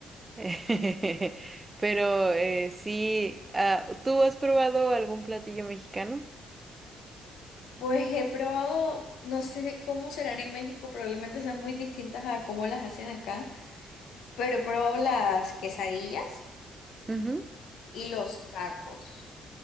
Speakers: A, on the right; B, on the left.
A: <laughs> Pero eh, sí, ah, ¿tú has probado algún platillo mexicano?
B: Pues he probado, no sé cómo serán en México, probablemente sean muy distintas a cómo las hacen acá. Pero probó las quesadillas
A: Ujú.
B: y los tacos.